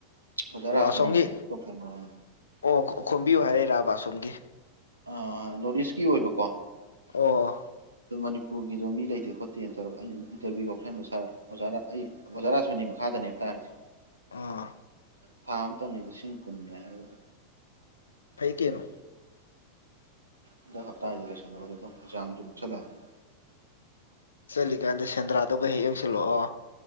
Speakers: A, on the right (about 80°); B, on the left (about 70°).
A: ꯑꯣꯖꯥꯔꯥꯁꯃꯅꯤꯅ
B: ꯑꯣ ꯑꯁꯣꯝꯒꯤ
A: <unintelligible>
B: ꯑꯣ ꯈꯣꯝꯕꯤꯌꯨ ꯍꯥꯏꯔꯛꯏꯔꯥꯕꯥ ꯑꯁꯣꯝꯒꯤ
A: ꯑ ꯅꯣꯔꯠ ꯏꯁꯀꯤ ꯑꯣꯏꯕꯀꯣ
B: ꯑꯣ
A: ꯑꯗꯨ ꯃꯅꯤꯄꯨꯔꯒꯤꯗꯣ ꯃꯤ ꯂꯩꯇꯦ ꯈꯣꯠꯇꯦꯅ ꯇꯧꯔꯒ ꯑꯩꯅ ꯏꯟꯇꯔꯚ꯭ꯌꯨ ꯌꯥꯎꯁꯟꯕ ꯁꯥꯔ ꯑꯣꯖꯥꯔꯥ ꯑꯩ ꯑꯣꯖꯥꯔꯥꯁꯃꯅꯤ ꯃꯈꯥꯗꯅꯦꯕ ꯇꯥꯔꯤꯁꯦ
B: ꯑꯥ
A: ꯊꯥ ꯑꯃꯇꯪꯅꯤ ꯂꯤꯁꯤꯡ ꯀꯨꯟꯅꯦ ꯍꯥꯏꯕ
B: ꯐꯩ ꯀꯩꯅꯣ
A: ꯍꯟꯗꯛ ꯍꯞꯇꯥꯖꯤꯗ ꯂꯣꯏꯁꯟ ꯍꯧꯔꯒꯦ ꯇꯧꯅꯦ ꯑꯦꯛꯖꯥꯝꯁꯨ ꯅꯛꯁꯜꯂꯛ ꯑꯝꯅꯤ
B: ꯆꯠꯂꯤꯀꯥꯟꯗ ꯁꯦꯟꯗ꯭ꯔꯥꯗꯧꯕꯩ ꯍꯦꯛ ꯌꯧꯁꯤꯜꯂꯣꯛꯑꯣ